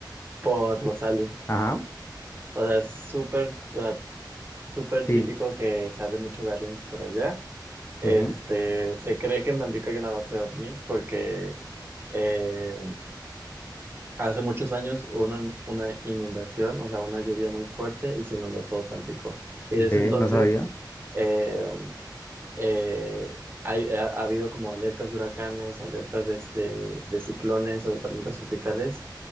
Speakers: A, on the right; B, on the left.
A: por los aliens.
B: ajá,
A: O sea, es súper, o sea, súper
B: sí.
A: típico que se hable mucho de aliens por allá. Este,
B: ujú,
A: se cree que en Tampico hay una base ovni porque eh, hace muchos años hubo una, una inundación, o sea, una lluvia muy fuerte y se inundó todo Tampico. Y
B: Ve,
A: desde entonces
B: no sabía.
A: eh, eh, hay- ha, ha habido como alertas de huracanes, alertas de, de- de ciclones o de tormentas tropicales